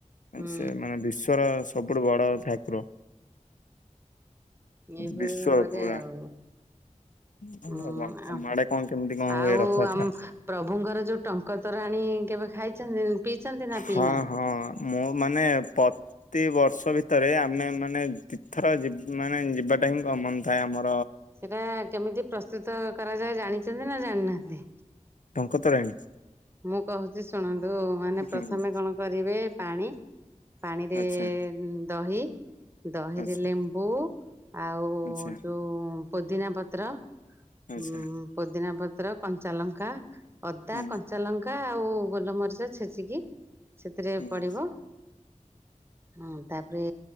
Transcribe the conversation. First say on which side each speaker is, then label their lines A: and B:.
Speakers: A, on the right; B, on the left.
A: ହୁଁ
B: ଉ ସେ ମାନେ ବିଶ୍ଵର ସବୁଠୁ ବଡ ଠାକୁର।
A: ଏଭଳି
B: ବିଶ୍ଵର
A: ଭାବ
B: ପୁରା
A: ରେ ଆଉ।
B: ତମ
A: ହୁଁ ଆଉ
B: ଆଡେ କଣ କେମିତି କଣ
A: ଆଉ
B: ହୁଏ ରଥଯାତ୍ରା?
A: ଆମ୍ ପ୍ରଭୁଙ୍କର ଯୋଉ ଟଙ୍କା ତରାଣି କେବେ ଖାଇଛନ୍ତିଉ ପିଇଛନ୍ତି ନା
B: ହଁ
A: ପିଇ ନାହାନ୍ତି?
B: ହଁ ମୁଁ ମାନେ ପତିବର୍ଷ ଭିତରେ ଆମେ ମାନେ ତୀର୍ଥର ଯିବ୍ ମାନେ ଯିବାଟା ହିଁ କ ମନ ଥାଏ ଆମର୍
A: ସେଟା କେମିତି ପ୍ରସ୍ତୁତ କରାଯାଏ ଜାଣିଛନ୍ତି ନା ଜାଣିନାହାନ୍ତି?
B: ଟଙ୍କତୋରାଣି।
A: ମୁଁ କହୁଛି ଶୁଣନ୍ତୁ ମାନେ
B: ହୁଁ
A: ପ୍ରଥମେ କଣ କରିବେ ପାଣି। ପାଣିରେ
B: ଆଚ୍ଛା
A: ଉଁ ଦହି। ଦହିରେ
B: ଆଚ୍ଛା
A: ଲେମ୍ବୁ ଆଉ
B: ଆଚ୍ଛା
A: ଯଉଁ ପୋଦିନା ପତ୍ର।
B: ଆଚ୍ଛା
A: ଉଁ ପୋଦିନା ପତ୍ର କଞ୍ଚା ଲଙ୍କା ଅଦା
B: ହୁଁ
A: କ ଆଉ ଗୋଲମରିଚ ଛେଚିକି ସେଥିରେ
B: ହୁଁ
A: ପଡିବ। ହୁଁ ତାପରେ